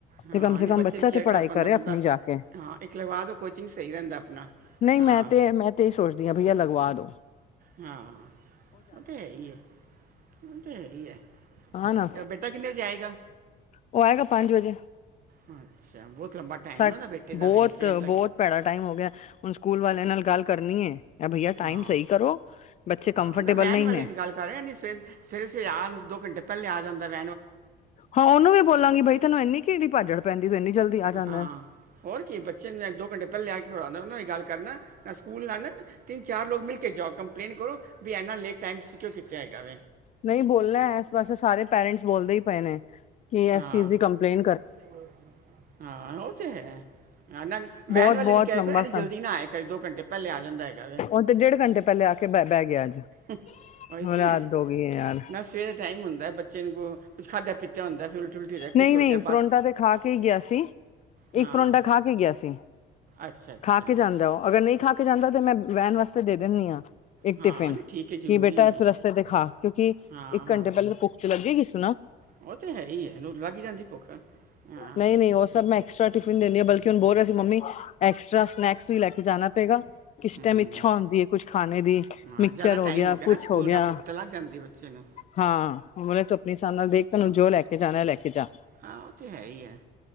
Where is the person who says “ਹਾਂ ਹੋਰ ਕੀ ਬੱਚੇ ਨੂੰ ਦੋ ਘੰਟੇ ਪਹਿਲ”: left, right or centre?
Right